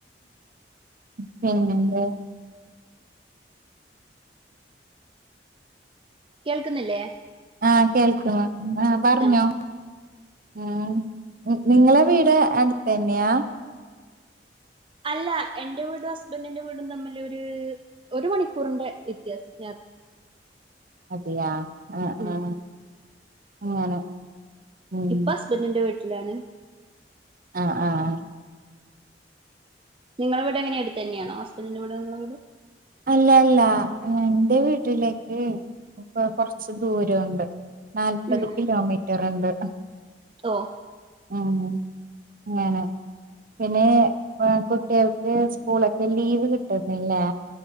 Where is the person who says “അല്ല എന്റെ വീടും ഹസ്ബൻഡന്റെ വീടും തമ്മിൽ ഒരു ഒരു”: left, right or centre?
Right